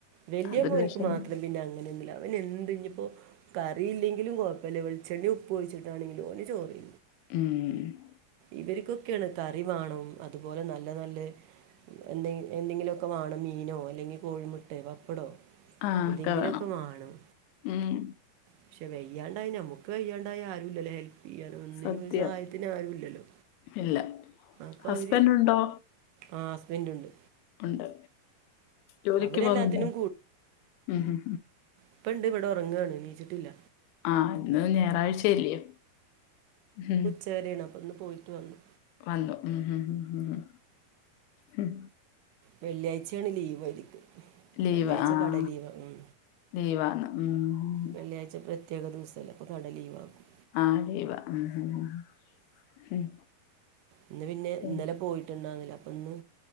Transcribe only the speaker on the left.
അതൊരു
വെഷമം
ഉം.
ആഹ്
ഒക്കെ വേണം
ഉം
സത്യം
ഇല്ല
ഹസ്ബൻഡ്
ഉണ്ടോ
ഉണ്ട്. ജോലിക്ക്
പോന്നുണ്ടോ? ഉ ഉം.
ആഹ ഇന്ന് ഞായറാഴ്ചല്ലയോ, ഹും.
വന്നു. ഉം ഉം ഉം ഹ
ലീവാ
ആഹ്
ലീവാന്ന് ഉം
ആഹ് ലീവ. ഉം ഉം.
ഉം